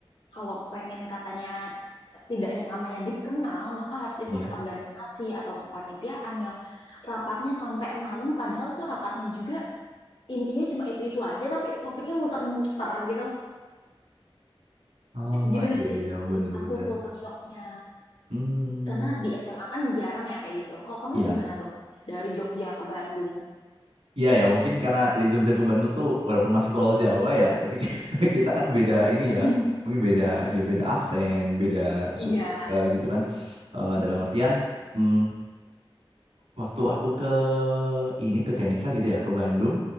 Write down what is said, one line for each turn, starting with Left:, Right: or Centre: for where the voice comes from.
Left: kalau pengen katanya setidaknya namanya dikenal maka harus ikut
Right: Iya.
Left: organisasi atau kepanitiaan yang rapatnya sampai malam padahal itu rapatnya juga intinya cuma itu-itu aja tapi topiknya muter-muter gitu
Right: Oh
Left: gitu
Right: iya
Left: sih
Right: iya benar-benar.
Left: aku culture shocknya
Right: Hmm.
Left: karena di SMA kan jarang ya kayak gitu kalau kamu
Right: Ya.
Left: gimana tuh dari Jogja ke Bandung
Right: Iya ya, mungkin karena dari Jogja ke Bandung tuh walaupun masih Pulau Jawa ya, tapi <laughs> kita kan beda ini
Left: <laughs>
Right: ya, mungkin beda ya beda aksen, beda suku
Left: Iya.
Right: juga gitu kan. Eh, dalam artian, mm, Waktu aku ke ini ke Ganesha gitu ya ke Bandung